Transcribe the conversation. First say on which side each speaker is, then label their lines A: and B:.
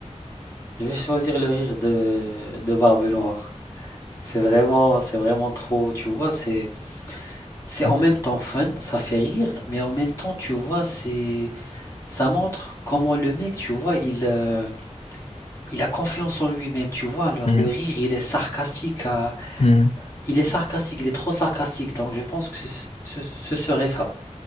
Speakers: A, on the left; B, on the left.
A: Je vais choisir le rire de, de Barbe Noire. C'est vraiment, c'est vraiment trop, tu vois, c'est, c'est
B: Ok.
A: en même temps fun, ça fait rire, mais en même temps, tu vois, c'est, ça montre comment le mec, tu vois, il, euh, il a confiance en lui-même, tu vois. Alors,
B: Hmm,
A: le rire, il est sarcastique à,
B: hmm.
A: Il est sarcastique, il est trop sarcastique, donc je pense que ce, ce- ce serait ça.